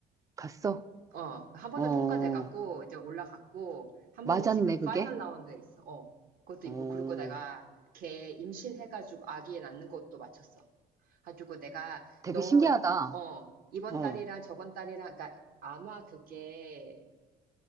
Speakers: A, on the right; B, on the right.
A: 갔어?
B: 어, 한 번은
A: 어,
B: 통과돼갖고 이제 올라갔고 한
A: 맞았네,
B: 번은 지금
A: 그게?
B: 파이널 라운드에 있어. 어, 그것도
A: 어,
B: 있고 그리고 내가 걔 임신해가지고 아기 낳는 것도 마쳤어. 가지고 내가
A: 되게
B: 너
A: 신기하다.
B: 어, 이번
A: 어,
B: 달이랑 저번 달이랑 그러니까 아마 그게